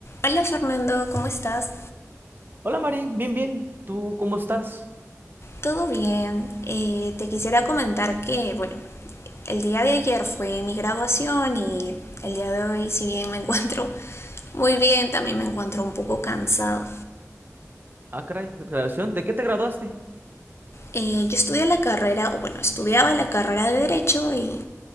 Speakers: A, on the left; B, on the right.
A: Hola Fernando, ¿cómo estás?
B: Hola Mari, bien, bien. ¿Tú cómo estás?
A: ¿Todo bien? Eh, te quisiera comentar que, bueno, el día de ayer fue mi graduación y el día de hoy, si bien me <laughs> encuentro muy bien, también me encuentro un poco cansado.
B: Ah, caray, graduación. ¿De qué te graduaste?
A: Eh, yo estudié la carrera, o bueno, estudiaba la carrera de Derecho y